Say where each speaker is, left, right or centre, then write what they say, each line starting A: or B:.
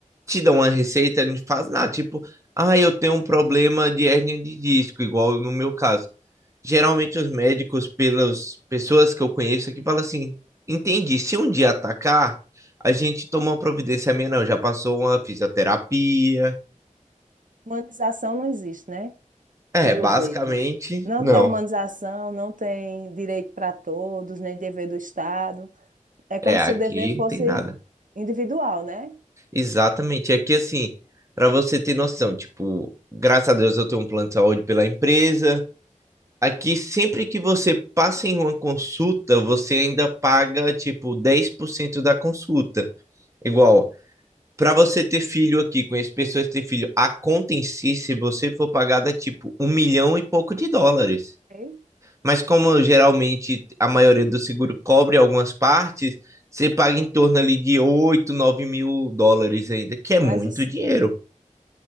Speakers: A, on the right; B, on the right.
A: te dão uma receita, não faz nada. Tipo, ah, eu tenho um problema de hérnia de disco, igual no meu caso. Geralmente os médicos, pelas pessoas que eu conheço aqui, falam assim: entendi, se um dia atacar, a gente toma uma providência A minha, não. Já passou uma fisioterapia.
B: <laughs> humanização não existe, né?
A: É,
B: Pelo
A: basicamente,
B: jeito. Não
A: não.
B: tem humanização, não tem direito para todos, nem dever do Estado. É como
A: É, aqui
B: se o dever
A: não
B: fosse
A: tem nada.
B: individual, né?
A: Exatamente. Aqui, assim, para você ter noção, tipo, graças a Deus eu tenho um plano de saúde pela empresa. Aqui, sempre que você passa em uma consulta, você ainda paga, tipo, 10% da consulta. Igual, para você ter filho aqui, conheço pessoas que têm filho, a conta em si, se você for pagar, dá tipo um milhão e pouco de dólares.
B: Ok?
A: Mas como geralmente a maioria do seguro cobre algumas partes, você paga em torno ali de 8, 9 mil dólares ainda, que é muito
B: Mas o, se-
A: dinheiro.